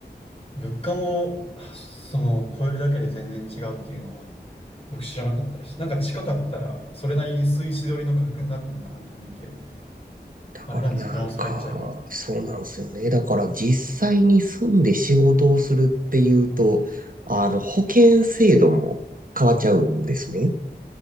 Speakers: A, on the left; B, on the right.
A: 物価も、あその、超えるだけで全然違うっていうのは、僕知らなかったです。なんか近かったら、それなりにスイス寄りの価格になってるのかなと思いきや、
B: だからなんか、
A: あれなんですよ。フランス入っちゃえば。
B: そうなんですよね。だから実際に住んで仕事をするっていうと、あの、保険制度も変わっちゃうんですね。